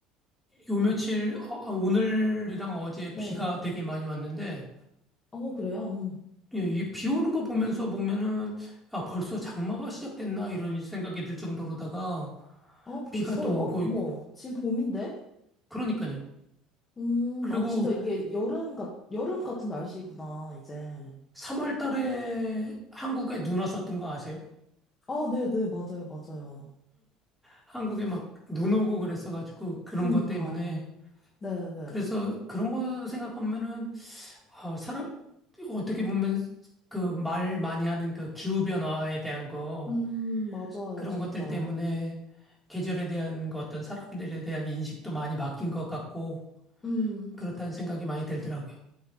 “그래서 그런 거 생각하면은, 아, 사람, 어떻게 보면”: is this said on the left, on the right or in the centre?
Centre